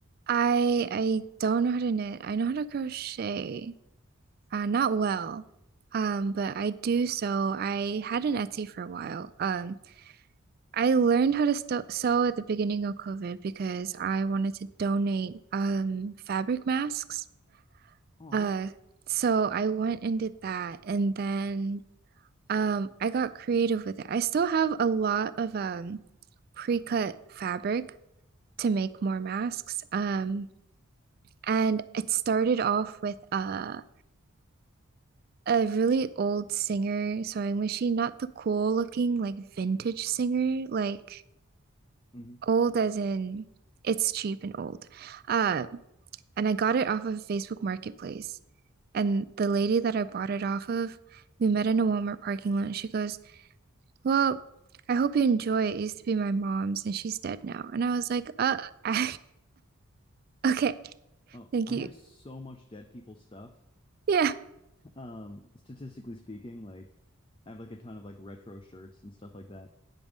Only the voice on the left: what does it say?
Aw.
hmm
Oh,
I
have so much dead people stuff.
Um, statistically speaking, like I have like a ton of like retro shirts and stuff like that.